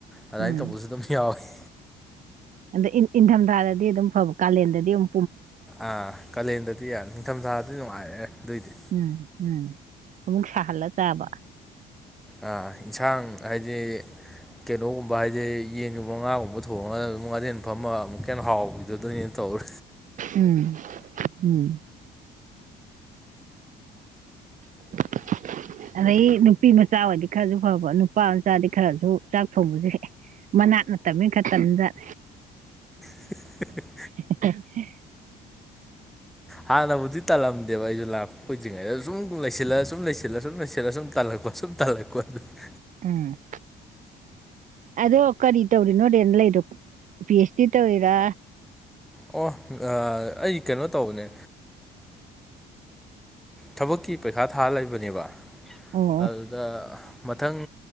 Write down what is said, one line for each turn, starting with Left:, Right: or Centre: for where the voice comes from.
Centre: ꯑꯗꯨꯃꯥꯏꯅ
Right: ꯎꯝ
Centre: ꯇꯧꯕꯁꯨ ꯑꯗꯨꯝ ꯌꯥꯎꯏꯤ
Right: ꯑꯗ ꯏꯟꯊꯝꯊꯥꯗꯗꯤ ꯑꯗꯨꯝ ꯐꯕ ꯀꯥꯂꯦꯟꯗꯗꯤ ꯑꯗꯨꯝ
Centre: ꯑꯥ ꯀꯥꯂꯦꯟꯗꯗꯤ ꯌꯥꯔ ꯅꯤꯡꯊꯝꯊꯥꯗꯤ ꯅꯨꯡꯉꯥꯏꯔꯦ ꯑꯗꯨꯑꯣꯏꯗꯤ
Right: ꯎꯝ ꯎꯝ ꯑꯃꯨꯛ ꯁꯥꯍꯜꯂ ꯆꯥꯕ
Centre: ꯑ ꯏꯟꯁꯥꯡ ꯍꯥꯏꯗꯤ ꯀꯩꯅꯣꯒꯨꯝꯕ ꯍꯥꯏꯗꯤ ꯌꯦꯟꯒꯨꯝꯕ ꯉꯥꯒꯨꯝꯕ ꯊꯣꯡꯉꯒꯥ ꯉꯔꯦꯟ ꯐꯝꯃ ꯑꯃꯨꯛ ꯍꯦꯟꯅ ꯍꯥꯎꯈꯤꯗꯣꯏꯅꯤ ꯇꯧꯋꯦ
Right: ꯎꯝ ꯎꯝ <unintelligible> ꯑꯗꯩ ꯅꯨꯄꯤ ꯃꯆꯥ ꯑꯣꯏꯗꯤ ꯈꯔꯁꯨ ꯐꯕ ꯅꯨꯄꯥ ꯃꯆꯥꯗꯤ ꯈꯔꯁꯨ ꯆꯥꯛ ꯊꯣꯡꯕꯁꯦ ꯃꯅꯥꯠ ꯅꯠꯇꯥꯃꯤꯅ ꯈꯥ ꯇꯟ ꯖꯥꯠ
Centre: ꯍꯤꯍꯤ
Right: <unintelligible> ꯎ
Centre: ꯍꯥꯟꯅꯕꯨꯗꯤ ꯇꯜꯂꯝꯗꯦꯕ ꯑꯩꯁꯨ ꯂꯥꯛꯄ ꯀꯨꯏꯗ꯭ꯔꯤꯉꯩꯗ ꯁꯨꯝ ꯂꯩꯁꯤꯜꯂ ꯁꯨꯝ ꯂꯩꯁꯤꯜꯂ ꯁꯨꯝ ꯂꯩꯁꯤꯜꯂ ꯁꯨꯝ ꯇꯜꯂꯛꯄ ꯁꯨꯝ ꯇꯜꯂꯛ <unintelligible>
Right: ꯎꯝ ꯑꯗꯣ ꯀꯔꯤ ꯇꯧꯔꯤꯅꯣꯣꯔꯦꯅ ꯂꯩꯔꯣ ꯄꯤ ꯑꯩꯆ ꯗꯤ ꯇꯧꯔꯤꯔꯥ
Centre: ꯑꯣ ꯑꯩ ꯀꯩꯅꯣ ꯇꯧꯕꯅꯦ ꯊꯕꯛꯀꯤ ꯄꯩꯈꯥ ꯊꯥ ꯂꯩꯕꯅꯦꯕ
Right: ꯑꯣ ꯑꯣ
Centre: ꯑꯗ ꯃꯊꯪ